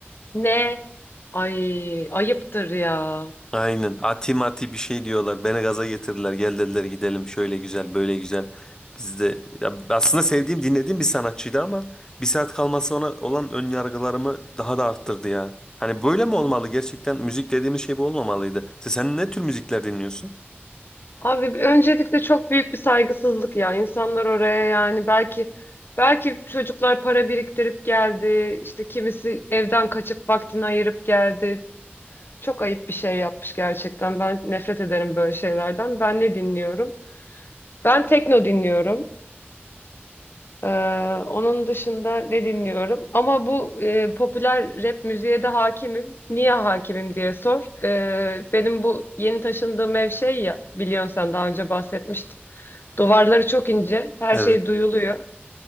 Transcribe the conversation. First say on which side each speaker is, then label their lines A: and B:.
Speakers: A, on the left; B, on the left.
A: Ne? Ay ayıptır ya.
B: Aynen. Ati mati bir şey diyorlar. Beni gaza getirdiler. Gel dediler gidelim şöyle güzel böyle güzel. Biz de ya aslında sevdiğim dinlediğim bir sanatçıydı ama bir saat kalması ona olan ön yargılarımı daha da arttırdı ya. Hani böyle mi olmalı? Gerçekten müzik dediğimiz şey bu olmamalıydı. Sen, sen ne tür müzikler dinliyorsun?
A: Abi öncelikle çok büyük bir saygısızlık ya. İnsanlar oraya yani belki belki çocuklar para biriktirip geldi. İşte kimisi evden kaçıp vaktini ayırıp geldi. Çok ayıp bir şey yapmış gerçekten. Ben nefret ederim böyle şeylerden. Ben ne dinliyorum? Ben tekno dinliyorum. Ee, onun dışında ne dinliyorum? Ama bu e, popüler rap müziğe de hakimim. Niye hakimim diye sor. Ee, benim bu yeni taşındığım ev şey ya, biliyorsun sen daha önce bahsetmiştim. Duvarları çok ince, her
B: Evet.
A: şey duyuluyor.